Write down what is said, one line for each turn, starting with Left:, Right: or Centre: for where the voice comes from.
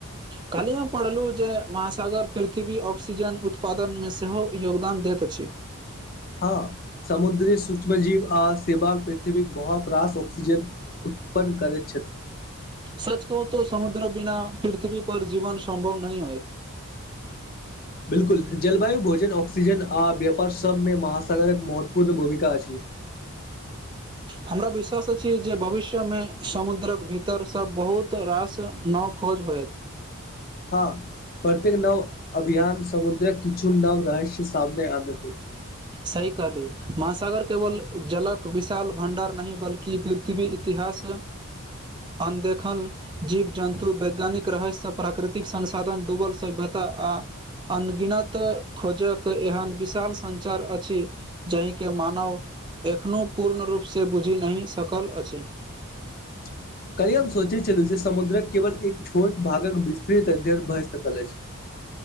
Right: कलिय हम पढ़लहुँ जे महासागर पृथ्वी ऑक्सीजन उत्पादन मे सेहो योगदान दैत अछि
Left: <inaudible> हँ समुद्री सूक्ष्म जीव आ सेव पृथ्वी बहुत रास ऑक्सीजन उत्पन्न करै
Right: सच कहू त समुद्र बिना पृथ्वी पर जीवन सम्भव नहि होयत
Left: बिल्कुल जलवायु भोजन ऑक्सीजन आ व्यापार सब मे महासागरक महत्वपूर्ण भूमिका अछि <inaudible>
Right: हमरा विश्वास अछि जे भविष्य मे समुद्रक भीतर सब बहुत रास न हँ खोज होत
Left: हँ प्रत्येक नव अभियान समुद्र किछु नव रहस्य सामने आना छै
Right: सही कहली महासागर केवल जलक विशाल भं्डार नहि बल्कि पृथ्वी इतिहास <inaudible> अनदेखल जीव जन्तु वैज्ञानिक रहस्यसँ प्राकृतिक संसाधन डुबल से बेहतर आ अनगिनत खोजक एहन विशाल संचार अछि जहिके मानव एखनहु पूर्ण रूपसँ बुझि नहि सकल अछि
Left: <inaudible> कली हम सोचे छलहुँ जे समुद्रक केवल एक छोट भागक विस्तृत अध्ययन भ कल अछी